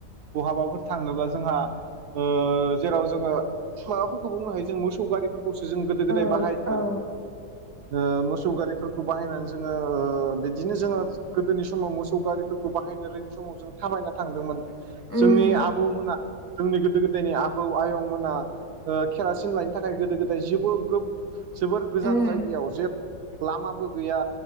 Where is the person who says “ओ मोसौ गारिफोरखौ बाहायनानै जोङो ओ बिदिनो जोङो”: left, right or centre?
Right